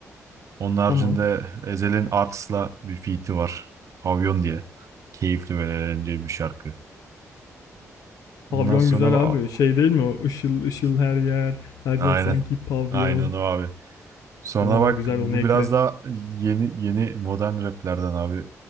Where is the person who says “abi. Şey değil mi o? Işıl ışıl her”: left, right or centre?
Left